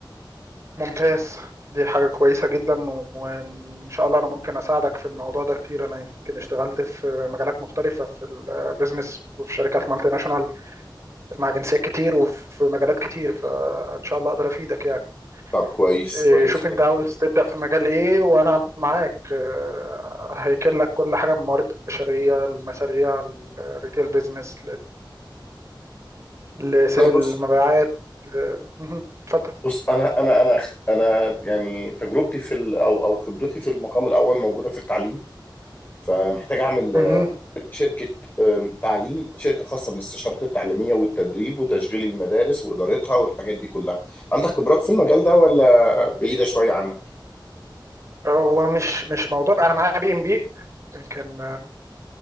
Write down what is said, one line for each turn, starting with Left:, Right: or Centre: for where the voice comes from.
Right: ممتاز دي حاجة كويسة جدا وان شاء الله انا ممكن اساعدك في الموضوع ده كتير انا يمكن اشتغلت في مجالات مختلفة في البيزنس وفي شركات مالتي ناشونال مع جنسيات كتير وفي مجالات كتير فان شاء الله اقدر افيدك يعني
Left: طب كويس
Right: إيه،
Left: كويس
Right: شوف
Left: جدا
Right: انت عاوز تبدأ في مجال ايه وانا معاك آه، هيكل لك كل حاجة من الموارد البشرية المشاريع الريتيل بيزنس لسيل
Left: والله بص
Right: المبيعات آه، مهم. اتفضل
Left: بص انا انا انا انا يعني تجربتي في ال... او او خبرتي في المقام الاول موجوده في التعليم فمحتاج اعمل
Right: مهم.
Left: شركه أم، تعليم شركه خاصه بالاستشارات التعليميه والتدريب وتشغيل المدارس وادارتها والحاجات دي كلها عندك خبرات في المجال ده ولا بعيده شويه عنك
Right: هو مش مش موضوع انا معايا بي ام بي كان